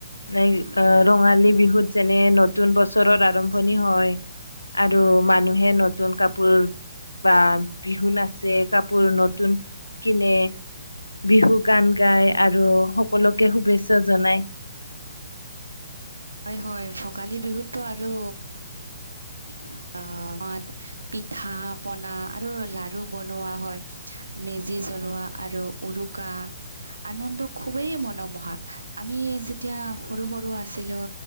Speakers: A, on the left; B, on the right.
A: নাই অ', ৰঙালী বিহুত যেনে নতুন বছৰৰ আৰম্ভণি হয়। আৰু মানুহে নতুন কাপোৰ বা বিহু নাছে কাপোৰ নতুন কিনে বিহু গান গাই আৰু সকলোকে শুভেচ্ছা জনাই
B: হয়- হয় ভোগালী বিহুতটো আৰু
A: <inaudible>
B: অ', মাদ পিঠা পনা আৰু লাৰু বনোৱা হয়। মেজি জ্বলোৱা আৰু উৰুকা আনন্দ খুবেই মনোমোহা আমি যেতিয়া সৰু - সৰু, আছিলোঁ